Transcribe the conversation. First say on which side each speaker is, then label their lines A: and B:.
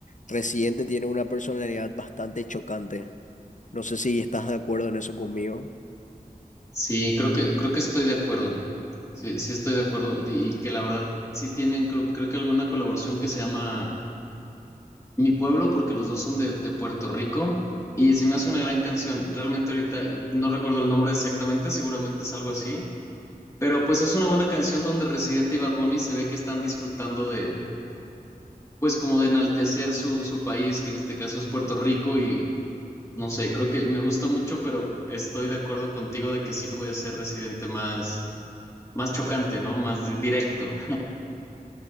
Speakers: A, on the left; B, on the left.
A: Residente tiene una personalidad bastante chocante. No sé si estás de acuerdo en eso conmigo,
B: Sí, creo que, creo que estoy de acuerdo. Sí, sí estoy de acuerdo. Y y que la verdad sí tienen, creo, creo que alguna colaboración que se llama Mi pueblo, porque los dos son de, de Puerto Rico y se me hace una gran canción. Realmente ahorita eh, no recuerdo el nombre exactamente, seguramente es algo así, pero pues es una buena canción donde Residente y Bad Bunny se ve que están disfrutando de, pues como de enaltecer su, su país, que en este caso es Puerto Rico y no sé, creo que me gusta mucho, pero estoy de acuerdo contigo de que sí puede ser Residente más, más chocante, ¿no? Más di- directo.